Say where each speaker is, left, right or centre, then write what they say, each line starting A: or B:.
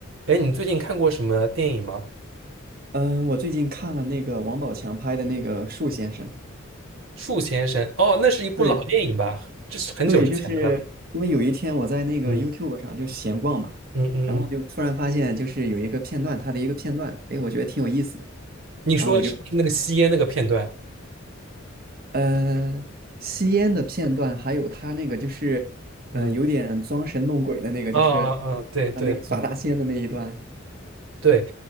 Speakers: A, on the right; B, on the right.
A: 哎，你最近看过什么电影吗？
B: 嗯，我最近看了那个王宝强拍的那个《树先生》，
A: 《树先生》哦，那是一部老电影吧？
B: 对
A: 这是很久之前的了。
B: 对，嗯就是因为有一天我在那个
A: 嗯
B: YouTube 上就闲逛嘛，
A: 嗯嗯嗯，
B: 然后就突然发现就是有一个片段，他的一个片段，哎，我觉得挺有意思的，
A: 你说是不是那个吸烟那个片段？
B: 然后我就呃吸烟的片段，还有他那个就是嗯，
A: 嗯，
B: 有点装神弄鬼的那个，
A: 啊啊啊，
B: 就是
A: 对对对
B: 呃那个耍大仙的那一段，
A: 对，